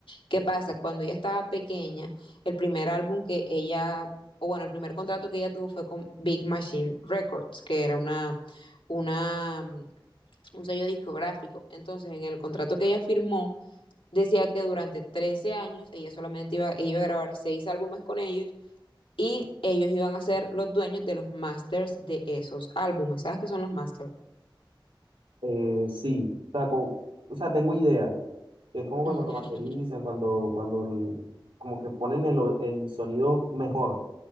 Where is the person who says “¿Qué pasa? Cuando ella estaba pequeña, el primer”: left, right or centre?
Left